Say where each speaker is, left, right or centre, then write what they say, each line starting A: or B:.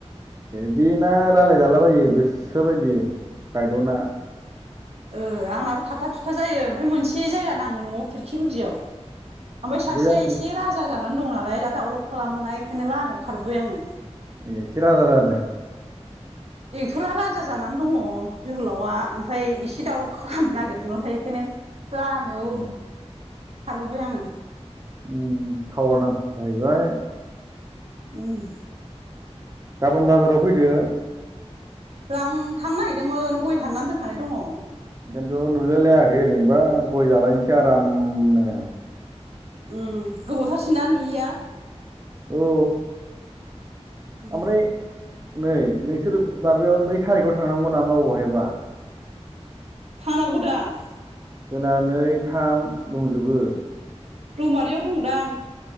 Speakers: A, on the right; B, on the right.
A: बिदिना रायलायजालाबायो गोसो बायदि गायद'ना।
B: ओ आंनाबो थाबथा थुथा जायो ओमफ्राय मोनसे जायगा नाङो न'आव खिरखि गुदियाव। ओमफ्राय सासेया
A: बै आंनि
B: एसे राजा जानानै दं नालाय दा दावराव खालामोना बेखायनो लामायाव खारबोबाय आङो।
A: ए एसे राजा जादों।
B: एक्ट'रा राजा जानानै दङ जोहोलावा ओमफाय एसे दावराव खालामनो नागिरदों नहाय एखायनो लामायाव
A: उम
B: खारबोबाय आङो
A: उम टावार नाम जाहैबाय।
B: उम।
A: गाबोन बाजाराव फैदो।
B: लां थांनो नागिरदोंमोन गय हाननानै दोनखानाय दङ।
A: बेखायन्थ' नुलायलायाखै ओरैनोबा गय जालायनोसै आरामनो।
B: उम गोबावथारसै नना नुयैया?
A: औ
B: उम
A: ओमफ्राय नै नोंसोरो माबायाव नै थारिखआव थांनांगौ नामा अबाहायबा?
B: थांनांगौदांं।
A: जोंना नै थाम दंजोबो।
B: रौमारियाव दंदां।